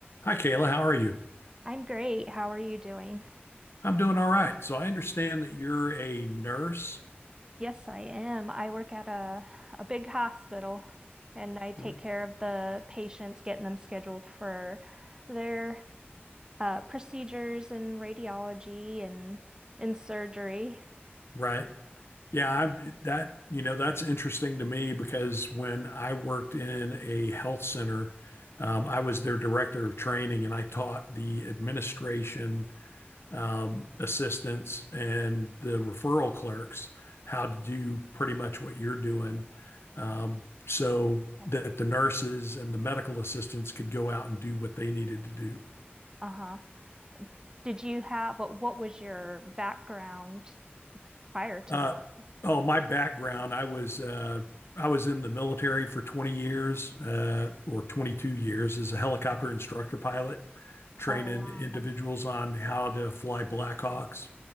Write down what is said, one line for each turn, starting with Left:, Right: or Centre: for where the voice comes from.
Left: Hi, Kayla. How are you?
Right: I'm great. How are you doing?
Left: I'm doing all right. So I understand that you're a nurse,
Right: Yes, I am. I work at a a big hospital and I take
Left: r-
Right: care of the patients, getting them scheduled for their uh, procedures and radiology and and surgery.
Left: right? Yeah, I, that, you know, that's interesting to me because when I worked in a health center, um, I was their director of training and I taught the administration, um, assistants and the referral clerks how to do pretty much what you're doing. Um, so
Right: Oh.
Left: that the nurses and the medical assistants could go out and do what they needed to do.
Right: Uh-huh. Did you have what, what was your background prior to
Left: Uh,
Right: that?
Left: oh, my background, I was uh, I was in the military for 20 years uh, or 22 years as a helicopter instructor pilot, training
Right: Oh, wow.
Left: individuals on how to fly Blackhawks.